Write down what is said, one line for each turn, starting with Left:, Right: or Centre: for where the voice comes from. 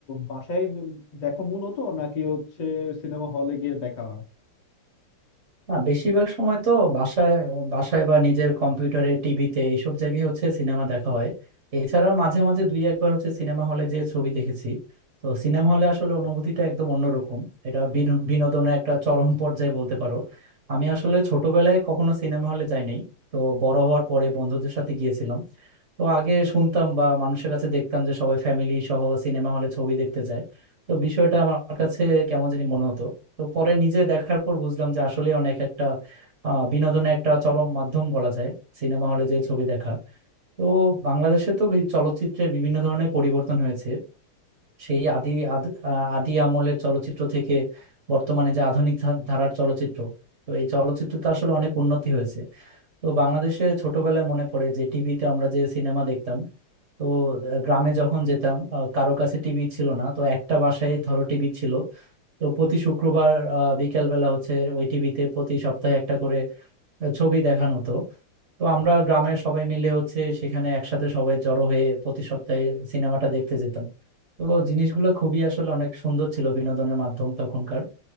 Left: বাসায় দেখো মূলত নাকি হচ্ছে সিনেমা হলে গিয়ে দেখা হয়
Right: না বেশিরভাগ সময় তো বাসায় বাসায় বা নিজের কম্পিউটারে টিভিতে এইসব জায়গায় হচ্ছে সিনেমা দেখা হয় এছাড়া মাঝে মাঝে দুই একবার হচ্ছে সিনেমা হলে যে ছবি দেখেছি তো সিনেমা হলে আসলে অনুভূতিটা একদম অন্যরকম এটা বিনো- বিনোদনের একটা চরম পর্যায়ে বলতে পারো আমি আসলে ছোটবেলায় কখনো সিনেমা হলে যাই নাই তো বড় হওয়ার পরে বন্ধুদের সাথে গিয়েছিলাম তো আগে শুনতাম বা মানুষের কাছে দেখতাম যে সবাই ফ্যামিলি সহ সিনেমা হলে ছবি দেখতে যায় তো বিষয়টা আমার কাছে কেমন জানি মনে হতো তো পরে নিজে দেখার পর বুঝলাম যে আসলে অনেক একটা আহ, বিনোদনের একটা চরম মাধ্যম বলা যায় সিনেমা হলে যে ছবি দেখা তো বাংলাদেশে তো এই চলচ্চিত্রের বিভিন্ন ধরনের পরিবর্তন হয়েছে সেই আদি আদ- আহ, আদি আমলের চলচ্চিত্র থেকে বর্তমানে যে আধুনিক ধা- ধারার চলচ্চিত্র তো এই চলচ্চিত্র তো আসলে অনেক উন্নতি হয়েছে তো বাংলাদেশে ছোটবেলায় মনে পড়ে যে টিভিতে আমরা যে সিনেমা দেখতাম তো আহ, গ্রামে যখন যেতাম আহ, কারো কাছে টিভি ছিল না তো একটা বাসায় ধরো টিভি ছিল তো প্রতি শুক্রবার আহ, বিকেলবেলা হচ্ছে ওই টিভিতে প্রতি সপ্তাহে একটা করে আহ, ছবি দেখানো হতো তো আমরা গ্রামের সবাই মিলে হচ্ছে সেখানে একসাথে সবাই জড়ো হয়ে প্রতি সপ্তাহে সিনেমাটা দেখতে যেতাম তো জিনিসগুলো খুবই আসলে অনেক সুন্দর ছিল বিনোদনের মাধ্যম তখনকার